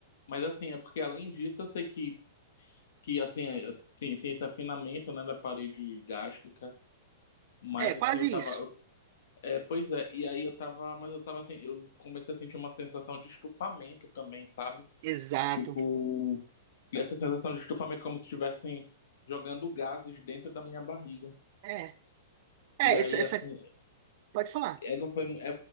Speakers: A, on the left; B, on the right.
A: Mas assim, é porque além disso, eu sei que que assim é, tem, tem esse afinamento, né, da parede gástrica, mas
B: É, quase
A: assim eu tava,
B: isso.
A: eu- é, pois é, e aí eu tava, mas eu tava assim, eu comecei a sentir uma sensação de estufamento também, sabe?
B: Exato.
A: Tipo, essa sensação de estufamento como se estivessem jogando gases dentro da minha barriga.
B: É, é
A: E aí
B: essa, essa
A: assim,
B: pode falar.
A: é, que foi, é,